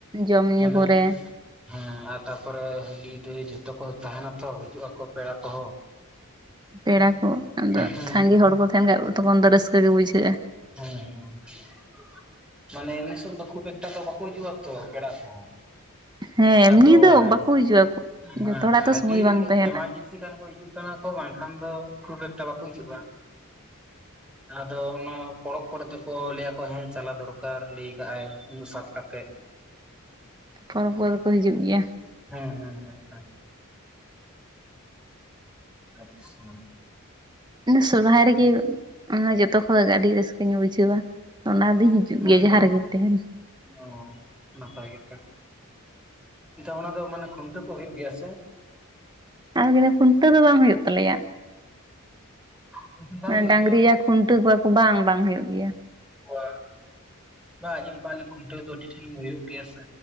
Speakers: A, on the right; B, in the centre.
A: ᱡᱚᱢ
B: ᱢᱟᱱᱮ
A: ᱧᱩ ᱠᱚᱨᱮ
B: ᱦᱮᱸ ᱟᱨ ᱛᱟᱯᱚᱨᱮ ᱦᱟᱹᱞᱤ ᱫᱷᱟᱹᱭ ᱡᱷᱚᱛᱚ ᱠᱚ ᱛᱟᱦᱮᱱᱟᱛᱚ ᱦᱤᱡᱩᱜ ᱟᱠᱚ ᱯᱮᱲᱟ ᱠᱚᱦᱚᱸ
A: ᱯᱮᱲᱟ ᱠᱚ ᱟᱫᱚ
B: ᱦᱮᱸ
A: ᱥᱟᱸᱜᱮ ᱦᱚᱲ ᱠᱚ ᱛᱟᱦᱮᱱ ᱠᱷᱟᱡ ᱛᱚᱠᱷᱚᱱ ᱫᱚ ᱨᱟᱹᱥᱠᱟᱹ ᱜᱮ ᱵᱩᱡᱷᱟᱹᱜᱼᱟ
B: ᱦᱮᱸ ᱦᱮᱸ ᱦ <unintelligible> ᱢᱟᱱᱮ ᱢᱤᱥᱚᱱ ᱫᱚ ᱠᱷᱩᱵᱽ ᱮᱠᱴᱟ ᱛᱚ ᱵᱟᱠᱚ ᱦᱤᱡᱩᱜᱼᱟ ᱛᱚ ᱯᱮᱲᱟ ᱠᱚ
A: ᱦᱮᱸ ᱮᱢᱱᱤ
B: ᱟᱫᱚ
A: ᱫᱚ
B: ᱦᱮᱸ
A: ᱵᱟᱠᱚ ᱦᱤᱡᱩᱜᱼᱟ
B: ᱦᱮᱸ
A: ᱡᱚᱛᱚ ᱦᱚᱲᱟᱜ ᱛᱚ
B: ᱟᱹᱰᱤ
A: ᱥᱚᱢᱚᱭ ᱵᱟᱝ ᱛᱟᱦᱮᱱᱟ
B: ᱮᱢᱟᱨᱡᱮᱱᱥᱤ ᱡᱟᱹ ᱠᱷᱟᱱ ᱠᱚ ᱦᱤᱡᱩᱜ ᱠᱟᱱᱟ ᱠᱚ ᱵᱟᱝᱠᱷᱟᱱ ᱫᱚ ᱠᱷᱩᱵ ᱮᱠᱴᱟ ᱵᱟᱠᱚ ᱦᱤᱡᱩᱜᱼᱟ ᱟᱫᱚ ᱚᱱᱟ ᱯᱚᱨᱚᱵᱽ ᱠᱚᱨᱮ ᱫᱚᱠᱚ ᱞᱟᱹᱭᱟᱠᱚ ᱦᱮᱸ ᱪᱟᱞᱟᱣ ᱫᱚᱨᱠᱟᱨ ᱞᱟᱹᱭ ᱠᱟᱜ ᱟᱭ ᱩᱱᱟᱹᱜ ᱥᱟᱛ ᱠᱟᱛᱮᱫ
A: ᱯᱚᱨᱚᱵᱽ
B: <unintelligible>
A: ᱠᱚᱫᱚ ᱠᱚ ᱦᱤᱡᱩᱜ ᱜᱮᱭᱟ
B: <inaudible> ᱦᱮᱸ ᱦᱮᱸ ᱦᱮᱸ ᱦᱮᱸ ᱟᱪᱷᱟ <unintelligible>
A: ᱥᱚᱨᱦᱟᱭ ᱨᱮᱜᱮ ᱚᱱᱟ ᱡᱚᱛᱚ ᱠᱷᱚᱡ ᱟᱹᱰᱤ ᱨᱟᱹᱥᱠᱟᱹᱧ ᱵᱩᱡᱷᱟᱹᱣᱟ ᱚᱱᱟ ᱟᱫᱚᱧ ᱦᱤᱡᱩᱜ
B: ᱦᱮᱸ
A: ᱜᱮᱭᱟ ᱡᱟᱦᱟᱸ ᱨᱮᱜᱮᱧ ᱛᱟᱦᱮᱸᱱ
B: ᱚ ᱱᱟᱯᱟᱭ ᱜᱮᱛᱚ ᱚᱱᱟ ᱫᱚ ᱢᱟᱱᱮ ᱠᱷᱩᱱᱴᱟᱹᱣ ᱠᱚ ᱦᱩᱭᱩᱜ ᱜᱮᱭᱟ ᱥᱮ
A: ᱟᱫᱚ ᱤᱱᱟᱹ ᱠᱷᱩᱱᱴᱟᱹᱣ ᱫᱚ ᱵᱟᱝ ᱦᱩᱭᱩᱜ ᱛᱟᱞᱮᱭᱟ
B: ᱠᱷᱩᱱᱴᱟᱹᱣ ᱵᱟᱝ
A: ᱢᱟᱱᱮ
B: ᱦᱩᱭᱩᱜ
A: ᱰᱟᱝᱜᱨᱤ
B: ᱜᱮᱭᱟ
A: ᱡᱟ ᱠᱷᱩᱱᱴᱟᱹᱣ ᱠᱚᱣᱟ ᱠᱚ ᱵᱟᱝ ᱵᱟᱝ ᱦᱩᱭᱩᱜ ᱜᱮᱭᱟ
B: ᱚ ᱵᱟᱝ ᱟᱸᱡᱚᱢ ᱠᱷᱩᱱᱴᱟᱹᱣ ᱫᱚ ᱟᱹᱰᱤ ᱴᱷᱮᱱ ᱜᱮ ᱦᱩᱭᱩᱜ ᱜᱮᱭᱟ ᱥᱮ